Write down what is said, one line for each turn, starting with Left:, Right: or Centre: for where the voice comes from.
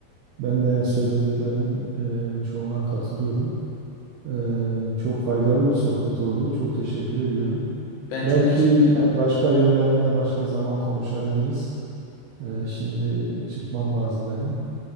Right: Ben de yani söylediklerinin e, çoğuna katılıyorum. E, çok faydalı bir sohbet oldu. Çok teşekkür ediyorum.
Left: Ben
Right: Belki
Left: çok teşekkür ederim.
Right: yani başka yönlerini de başka zaman konuşabiliriz. E, şimdi çıkmam lazım benim.